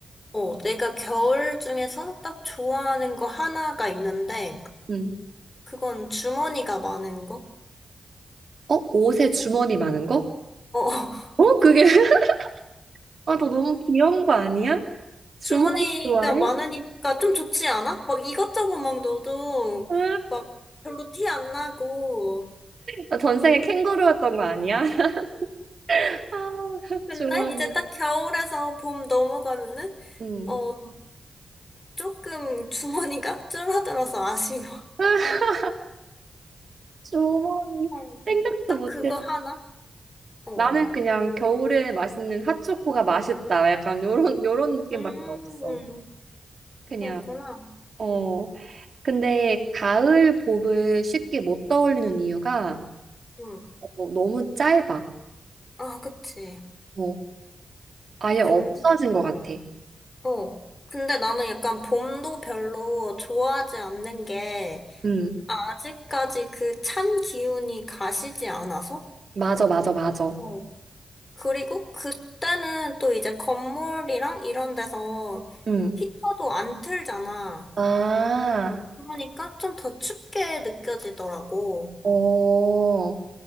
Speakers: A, on the left; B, on the right.
A: 어, 내가 겨울 중에서 딱 좋아하는 거 하나가 있는데,
B: 음.
A: 그건 주머니가 많은 거?
B: 어, 옷에 주머니
A: 어,
B: 많은 거?
A: <laughs>
B: 어, 그게 <laughs> 아, 너 너무 귀여운 거 아니야? 주머니
A: 주머니가
B: 좋아해?
A: 많으니까 좀 좋지 않아? 막 이것저것 막 넣어도
B: 아,
A: 막 별로 티 안 나고.
B: 나 전생에 캥거루였던 거 아니야? <laughs> 아,
A: 근데
B: 주머니.
A: 이제 딱 겨울에서 봄 넘어가면은,
B: 음.
A: 어, 조금 주머니가 <laughs> 줄어들어서 아쉬워.
B: 아, 주머니
A: 어,
B: 생각도
A: 딱
B: 못했어.
A: 그거 하나? 어.
B: 나는 그냥 겨울에 맛있는 핫초코가 맛있다. 약간 요런 요런 느낌밖에
A: 음,
B: 없어. 그냥
A: 그렇구나.
B: 어. 근데 가을 봄을 쉽게 못 떠올리는 이유가
A: 응.
B: 어, 너무 짧아.
A: 아, 그치.
B: 어, 아예
A: 근데,
B: 없어진 것 같아.
A: 어. 근데 나는 약간 봄도 별로 좋아하지 않는 게
B: 음,
A: 아직까지 그 찬 기운이 가시지 않아서?
B: 맞아, 맞아, 맞아.
A: 어. 그리고 그때는 또 이제 건물이랑 이런 데서
B: 음.
A: 히터도 안 틀잖아.
B: 아,
A: 그러니까 좀 더 춥게 느껴지더라고.
B: 어.